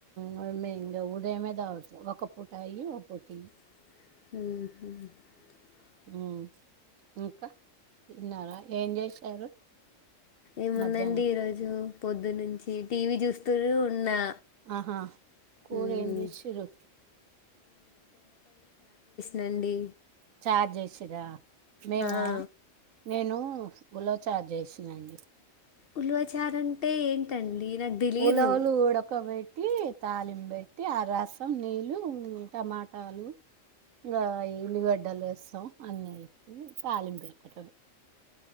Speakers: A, on the right; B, on the left.
A: మరి మేం ఇంగ ఉదయమే తాగుతం ఒక పూట అయ్యి ఒక పూట ఇయ్యి
B: అహ
A: హ్మ్ ఇంకా తిన్నారా ఏం చేశారు
B: ఏముందండి
A: మధ్యాహ్నం
B: ఈరోజు పొద్దు న్నుంచి టీవీ చూస్తూనే ఉన్నా
A: ఆహా కూర
B: ఉమ్,
A: ఏం జేసిర్రు
B: నండి
A: చార్ చేసిరా మేమా
B: ఆ
A: నేను ఉలవ చారు చేసిన అండి.
B: ఉలవచారు అంటే ఏంటండి నాకు తెలీదు
A: ఉలవలు ఉడకబెట్టి తాలింబెట్టి ఆ రసం నీళ్ళు టమాటాలు ఇగ ఎల్లుగడ్డలు వేస్తాం అన్నీ తాలింప పెట్టటమే